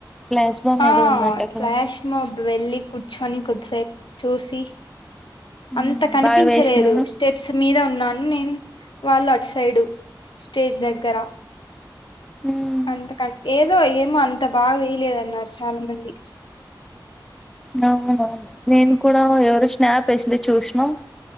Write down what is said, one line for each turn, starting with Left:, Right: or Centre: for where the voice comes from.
Centre: ఫ్లాష్ బామ్
Left: ఆ
Centre: ఏదో ఉందంట కదా
Left: ఫ్లాష్ మోబ్ వెళ్ళి కూర్చొని కొద్దిసేపు చూసి
Centre: ఉమ్,
Left: అంత కనిపించలేదు
Centre: బాగా వేసినారు
Left: స్టెప్స్ మీద అన్నాను నేను వాళ్ళు అట్ సైడు స్టేజ్ దగ్గర
Centre: హ్మ్
Left: అంతక ఏదో ఏమో అంత బాగా వేయలేదన్నారు చాలా మంది
Centre: అవునవును నేను కూడా ఎవరో స్నాప్ వేసింది చూసినాం